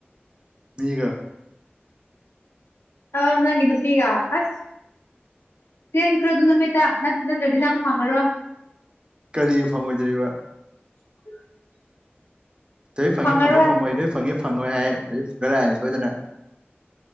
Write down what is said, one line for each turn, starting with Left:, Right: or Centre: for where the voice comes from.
Right: ꯃꯤꯒ
Left: ꯑ ꯅꯪꯒꯤ ꯅꯨꯄꯤꯒ ꯑꯁ ꯆꯦꯡꯈ꯭ꯔꯗꯨ ꯅꯨꯃꯤꯠꯇ ꯅꯪ ꯅꯠꯇ꯭ꯔꯗꯤ ꯅꯪ ꯐꯪꯉꯔꯣꯏ
Right: ꯀꯔꯤꯒꯤ ꯐꯪꯉꯣꯏꯗ꯭ꯔꯤꯕ
Left: <inaudible>
Right: ꯅꯣꯏ ꯐꯪꯉꯤ
Left: ꯐꯪꯉꯔꯣꯏ
Right: ꯐꯪꯏ ꯐꯪꯉꯣꯏ ꯅꯣꯏ ꯐꯪꯉꯤ ꯐꯪꯉꯣꯏ ꯍꯥꯏ ꯑꯩ ꯐꯨꯒ ꯂꯥꯛꯑꯅꯤ ꯁꯣꯏꯗꯅ